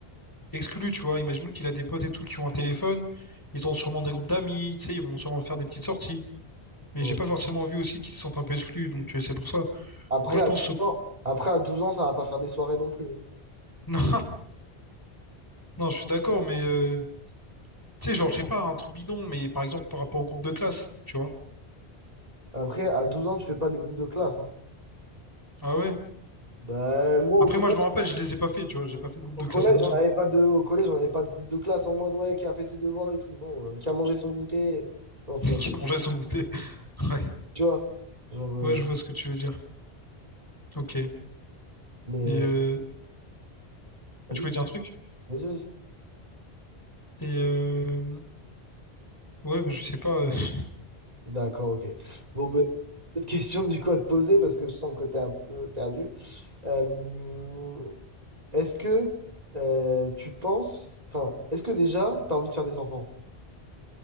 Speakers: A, on the left (about 20°); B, on the right (about 40°).
A: exclu, tu vois. Imaginons qu'il a des potes et tout qui ont un téléphone. Ils
B: Euh,
A: ont sûrement des groupes d'amis, tu sais, ils vont sûrement faire des petites sorties. Mais
B: Ouais.
A: j'ai pas forcément envie aussi qu'ils se sentent un peu exclus, donc euh, c'est pour ça.
B: Après,
A: Moi, je
B: à
A: pense...
B: 12
A: au-
B: ans,
A: <laughs>
B: après, à 12 ans, ça va pas faire des soirées non plus. hein.
A: Non, non, je suis d'accord, mais... euh, Tu sais, genre, je sais pas, un truc bidon, mais par exemple, par rapport au groupe de classe, tu vois.
B: Après, à 12 ans, tu fais pas des groupes de classe. hein.
A: Ah ouais?
B: Bah, moi,
A: Après,
B: au collège,
A: moi, je me rappelle, je les ai pas fait, tu vois. J'ai pas fait de groupe
B: au
A: de
B: collège,
A: classe à 12
B: on n'avait
A: ans.
B: pas de, au collège, on avait pas de groupe de classe en mode, ouais, qui a fait ses devoirs et tout. Non, euh, qui a mangé son goûter. Non, tu
A: <laughs>
B: vois.
A: qui a mangé son goûter. <laughs> Ouais.
B: Tu vois. Genre,
A: Ouais, je
B: euh,
A: vois ce que tu veux dire. Ok. Et
B: mais
A: euh,
B: euh, vas-y,
A: tu voulais dire un truc?
B: vas-y, vas-y.
A: Et euh, ouais, mais je sais pas. euh, <laughs>
B: D'accord, ok. Bon, ben, autre question du coup à te poser parce que je sens que t'es un peu perdu. Euh, est-ce que euh, tu penses, enfin, est-ce que déjà, t'as envie de faire des enfants?